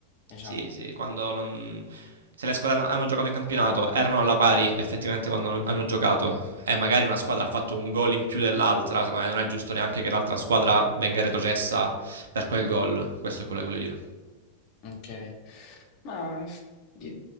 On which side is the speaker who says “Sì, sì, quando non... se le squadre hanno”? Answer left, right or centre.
Right